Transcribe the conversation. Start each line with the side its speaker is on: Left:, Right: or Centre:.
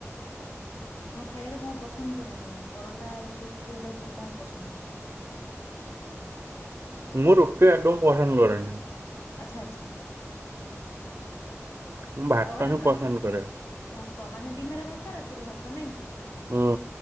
Left: ଆପଣ ଖାଇବାରେ କଣ ପସନ୍ଦ କରନ୍ତି କଣ ପରଟା ରୁଟି ଫୁଟି ଏଗୁଡା ସବୁ କଣ ପସନ୍ଦ କରନ୍ତି?
Right: ମୁଁ ରୁଟି ଆଦୌ ପସନ୍ଦ କରେନି।
Left: ଆଚ୍ଛା ଆଚ୍ଛା।
Right: ମୁଁ ଭାତ
Left: ପରଟା
Right: ହିଁ
Left: ଖାଆନ୍ତି
Right: ପସନ୍ଦ କରେ।
Left: ଭାତ ମାନେ ଦିନରେ ଭାତ ରାତିରେ ଭାତ ନାଇଁ କି?
Right: ହୁଁ